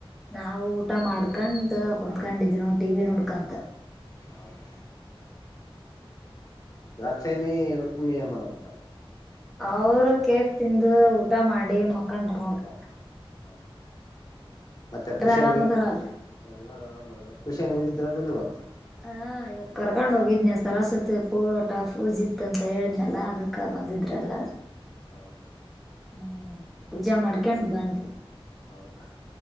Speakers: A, in the centre; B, on the left.
A: ನಾವು ಊಟ ಮಾಡ್ಕ ಕುತ್ಕೊಂಡಿದ್ ನ ಟಿ ವಿ ನೋಡ್ಕಂತ
B: ಹೌದು ದ್ರಾಕ್ಷಾನಿ ರುಕ್ಮಿಣಿ ಏನ್ ಮಾಡಕ್ಂತಾರ
A: ಅವರು ಕೇಕ್ ತಿಂದು ಊಟ ಮಾಡಿ ಮಕ್ಕಂಡ್ರ ನೋಡ್ಬೇಕ
B: ಹೌದು ಮತ್ತೆ
A: ಎಲ್ರ
B: ಟ್ಯೂಷನ್
A: ಆರಾಮದಾರ
B: ಗೆ ಹೋಗ
A: ಅಲ್
B: ಎಲ್ಲರ ಟೂಷನ್ ಹೋಗಿದ್ರಲ್ಲಿವತ್ತು
A: ಹಾ ಇವತ್ತು ಕರ್ಕೊಂಡ್ ಹೋಗಿದ್ನಿ ಸರಸ್ವತಿ ಪೂರೋಟ ಪೂಜಿತ್ ಅಂತ ಹೇಳಿದ್ನಲ್ಲಾ ಅದಕ್ಕ ಬಂದಿದ್ರ ಎಲ್ಲಾರ
B: ಹೌದಾ
A: ಹ್ಮ್ ಪೂಜಾ ಮಾಡ್ಕೊಂಡ್ ಬಂದ್ವಿ
B: ಹೌದಾ